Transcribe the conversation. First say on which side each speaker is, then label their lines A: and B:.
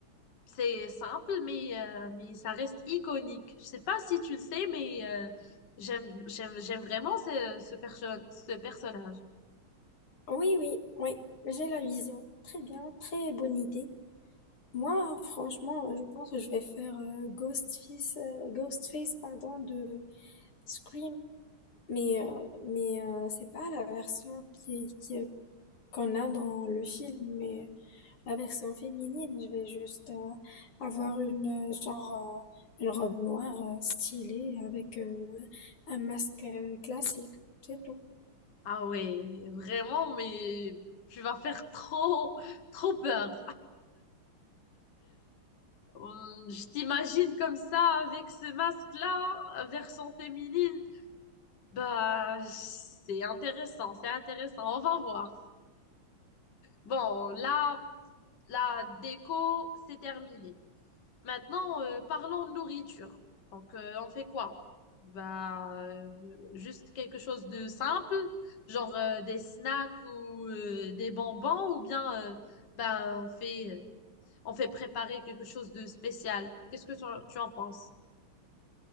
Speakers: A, on the left (about 55°); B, on the left (about 85°).
A: C'est simple, mais, euh, mais ça reste iconique. Je sais pas si tu le sais, mais euh, j'aime, j'aime, j'aime vraiment ce, ce, perso- ce personnage.
B: Oui, oui, oui, j'ai la vision. Très bien, très bonne idée. Moi, franchement, je pense que je vais faire euh, Ghostface, euh, Ghostface, pardon, de Scream. Mais, euh, mais euh, c'est pas la version qui, qui- qu'on a dans le film, mais La version féminine, je vais juste euh, avoir une euh, genre euh, une robe noire euh, stylée avec euh, un masque euh, classique, c'est tout.
A: Ah ouais, vraiment, mais tu vas faire trop, trop peur. Hum, Je t'imagine comme ça, avec ce masque-là, version féminine. Bah, c'est intéressant, c'est intéressant. On va voir. Bon, là, la déco, c'est terminé. Maintenant, euh, parlons nourriture. Donc, euh, on fait quoi? Bah, euh, juste quelque chose de simple, genre euh, des snacks ou euh, des bonbons, ou bien, euh, ben, on fait, euh, on fait préparer quelque chose de spécial. Qu'est-ce que tu en tu en penses?